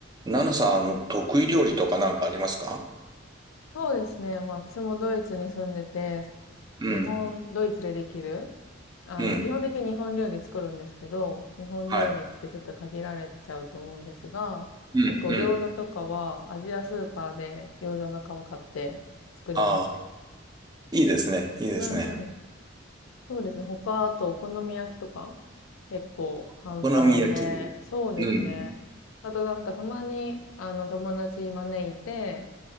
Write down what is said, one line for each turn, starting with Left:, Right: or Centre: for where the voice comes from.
Right: ナノさん、あの、得意料理とかなんかありますか
Left: はい、そうですね。まあ、私もドイツに住んでて、
Right: うん、
Left: 日本、ドイツでできる、あの、
Right: うん、
Left: 基本的に日本料理作るんですけど、日本料理ってちょっと限られちゃうと思うんですが、
Right: はい。うん、
Left: 結構餃子とかはアジアスーパーで餃子の皮買って作りますね。
Right: うん。ああ、いいですね、いいですね。
Left: うんそうですね。他、あと、お好み焼きとか、結構簡単で、
Right: お好み焼き。
Left: そうですね。
Right: うん、
Left: あとなんかたまに、あの、友達招いて、